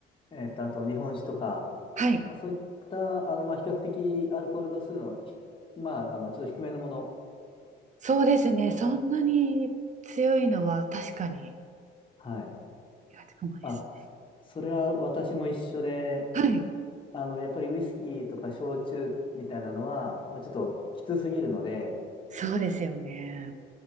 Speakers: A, on the left; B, on the right.
A: えっと、あと日本酒とか、
B: はい、
A: まあ、そういった、あの、まあ、比較的アルコール度数のひ、まあ、あの、ちょっと低めのもの
B: そうですね、
A: が、
B: そんなに強いのは確かに
A: はい。
B: 苦手かもです
A: まあ、そそれは私も一緒で、
B: ね。はい、
A: あの、やっぱりウイスキーとか焼酎みたいなのは、まあ、ちょっときつすぎるので、
B: そうですよね。